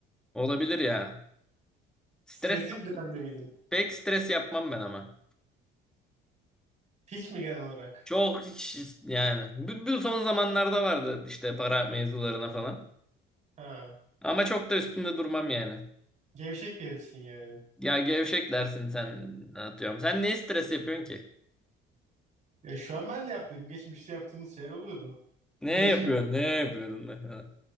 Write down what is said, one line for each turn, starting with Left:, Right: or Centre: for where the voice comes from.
Centre: Olabilir ya. Stres,
Right: Stresli bir dönemde miydin?
Centre: pek stres yapmam ben ama.
Right: Hiç mi genel olarak?
Centre: Çok hiç- yani. Bu, bu son zamanlarda vardı işte para mevzularına falan.
Right: Ha.
Centre: Ama çok da üstünde durmam yani.
Right: Gevşek bir herifsin yani.
Centre: Ya gevşek dersin sen atıyorum. Sen ne stres yapıyorsun ki?
Right: Ya şu an ben de yapıyorum. Geçmişte yaptığımız şeyler oluyordu.
Centre: Ne
Right: Gençken.
Centre: yapıyorsun? Ne yapıyordun mesela?